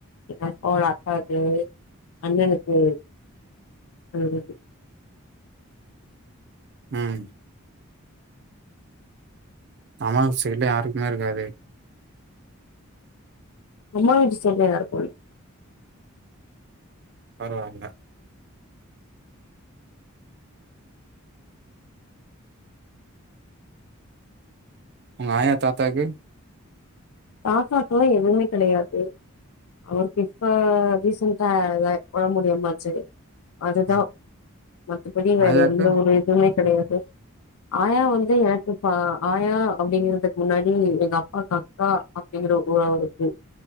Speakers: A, on the left (about 70°); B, on the right (about 50°).
A: எங்கப்பாவோட அக்காலுக்கு அண்ணணுக்கு அது இருக்கு
B: நான் அம்மா வீட் சைடுல யாருக்குமே இருக்காதே
A: அம்மா வீட்டு சைடுல யாருக்கு இல்ல
B: பரவால்ல உங்காயா தாத்தாக்கு
A: தாத்தாக்லா எதுவுமே கெடையாது அவருக்கு இப்ப ரீசன்ட்டா ஒடம்பு முடியமாச்சு அதுதா
B: ஆ
A: மத்தபடி வேற
B: ஆயாக்கு
A: எந்த ஒரு இதுவுமே கெடையாது ஆயா வந்து எனக்குப்ப ஆயா அப்டிங்கிறத்துக் முன்னாடி எங்கப்பா கா ப்பா அப்டிங்கிற ஒரு உறவா இருக்கு